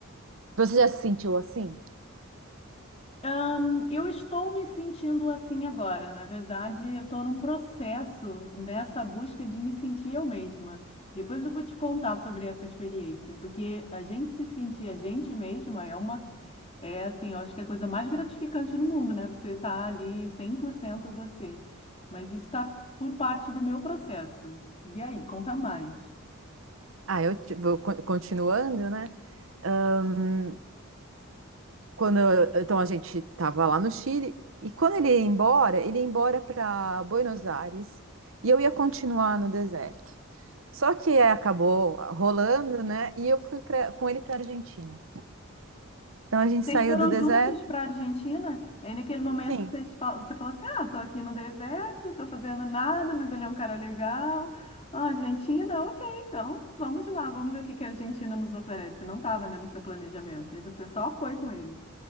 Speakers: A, on the right; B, on the left.
A: Você já se sentiu assim?
B: Ahn, eu estou me sentindo assim agora. Na verdade, eu estou num processo nessa busca de me sentir eu mesma. Depois eu vou te contar sobre essa experiência, porque a gente se sentir a gente mesma é uma, é assim, eu acho que é a coisa mais gratificante no mundo, né? Você tá ali 100% você. Mas isso está por parte do meu processo. E aí, conta mais.
A: Ah, eu te- vou con- continuando, né? Ahn, quando eu- então a gente estava lá no Chile e quando ele ia embora, ele ia embora para Buenos Aires e eu ia continuar no deserto. Só que é, acabou rolando, né? E eu fui pra- com ele para Argentina. Então a gente
B: Vocês
A: saiu
B: foram
A: do deserto.
B: juntos para a Argentina? Aí naquele momento
A: Sim,
B: vocês falam, você fala assim: Ah, tô aqui no deserto, tô fazendo nada, mas ele é um cara legal. Ah, Argentina, ok, então vamos lá, vamos ver o que que a Argentina nos oferece. Não estava, né, no seu planejamento. E você só foi com ele.